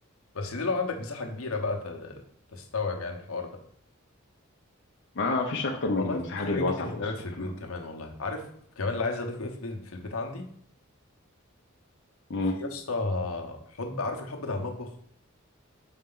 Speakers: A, on the left; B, on the left.
A: بس دي لو عندك مساحة كبيرة بقى ت- تستوعب يعني الحوار ده
B: ما فيش اكتر من
A: والله
B: المساحات
A: في حاجات
B: الواسعه
A: كتير تستوعب
B: فوق السطح
A: في البيوت
B: منها
A: كمان والله عارف كمان اللي عايز اضيفه ايه في بي- في البيت عندي
B: مم.
A: في يا اسطى حب عارف الحب بتاع المطبخ